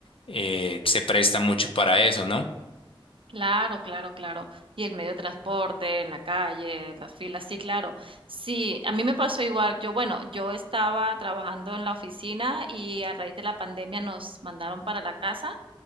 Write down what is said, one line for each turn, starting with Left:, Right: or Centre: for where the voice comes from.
Left: eh, se presta mucho para eso, ¿no?
Right: claro, claro, claro. Y el medio de transporte, en la calle, las filas, sí, claro. Sí, a mí me pasó igual. Yo, bueno, yo estaba trabajando en la oficina y a raíz de la pandemia nos mandaron para la casa